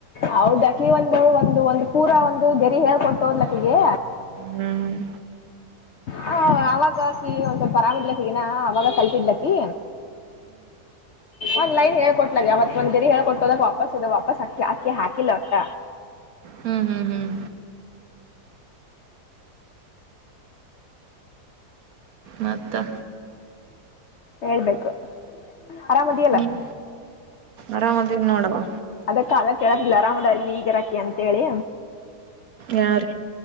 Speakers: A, on the left; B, on the right.
A: ಹೌದ ಅಕ್ಕಿ ಒಂದು ಒಂದು ಒಂದ ಪೂರ ಒಂದು ಗರಿ ಹೇಳ್ ಕೊಟ್ಟು ಹೋದ್ಲಕ್ಕಿಗೆ.
B: ಹ್ಮ್
A: ಹ ಅವಾಗ ಅಕಿ ಒಂದ್ ಸ್ವಲ್ಪ ಆರಾಮ್ ಇದ್ಲಕ್ ಅವಾಗ ಕಲ್ತಿದ್ಲ ಆಕಿ. ಒನ್ ಲೈನ್ ಹೇಳ್ಕೊಟ್ಲಾಗ ಯಾವತ್ ಒಂದ ಗರಿ ಹೇಳ್ಕೊಟ್ಟೋದಾಗ ವಾಪಸ್ ಅದ ವಾಪಸ್ ಹಾಕ ಆಕಿ ಹಾಕಿಲ್ಲ ಒಟ್ಟ.
B: ಹ್ಮ್ ಹ್ಮ್ ಹ್ಮ್ ಮತ್ತ
A: ಹೇಳ್ಬೇಕ. ಆರಾಮದಿಯಲ್ಲ
B: ಹ್ಮ್ ಆರಾಮದಿನ್ ನೋಡವ್ವ
A: ಅದ ಕಾವ್ಯ ಕೇಳಾತಿದ್ಲ ಆರಾಮ <inaudible> ಇಲ್ಲಿ ಈಗರಕ್ಕಿ ಅಂತೇಳಿ.
B: ಯಾರ್?